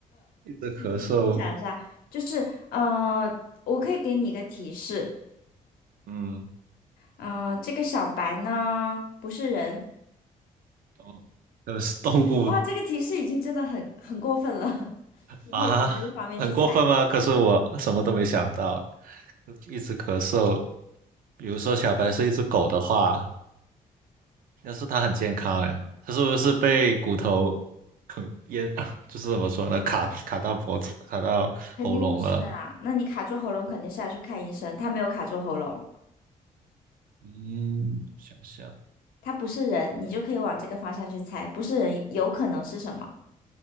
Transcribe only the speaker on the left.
你想一下，就是呃，我可以给你一个提示，
嗯、呃这个小白呢不是人，
哇，这个提示已经真的很很过分了，<laughs> 你可以往这个方面去猜，
肯定不是啊。那你卡住喉咙肯定是要去看医生，他没有卡住喉咙，
他不是人，你就可以往这个方向去猜，不是人有可能是什么？